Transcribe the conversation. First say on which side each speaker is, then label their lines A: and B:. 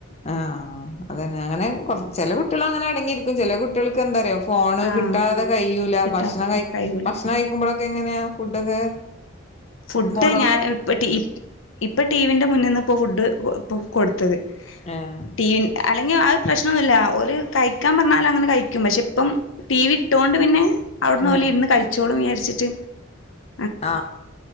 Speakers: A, on the left; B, on the left.
A: ആ ആ അതെന്നെ അങ്ങനെ കൊർ ചെലെ കുട്ട്യേളങ്ങനെ അടങ്ങിയിരിക്കും ചെലെ കുട്ട്യെൾക്കെന്തറ്യോ ഫോണ്
B: ആഹ്
A: കിട്ടാതെ കയ്യൂല
B: കിട്ടാത്ത
A: ഭക്ഷണം കയ്
B: കഴിയൂല
A: ഭക്ഷണം കയ്ക്കുമ്പഴ ക്കെങ്ങനെയാ ഫുഡൊക്കെ
B: ഫുഡ്
A: ഫോണ്
B: ഞാൻ ഇപ്പടീ ഇപ്പ ടിവിന്റെ മുന്ന്ന് ഇപ്പോ ഫുഡ് ഇപ്പ കൊട്ത്തത്
A: ഏഹ്
B: ടിവ അല്ലെങ്കി അഹ് പ്രശ്നോന്നുല്ല ഓല് കഴിക്കാൻ പറഞ്ഞാല് അങ്ങനെ കഴിക്കും പക്ഷെ ഇപ്പം ടി വി ഇട്ടോണ്ട് പിന്നെ അവിട്ന്ന്
A: ആഹ്
B: ഓല് ഇര്ന്ന് കഴിച്ചോളും വിചാ <unintelligible>
A: ആ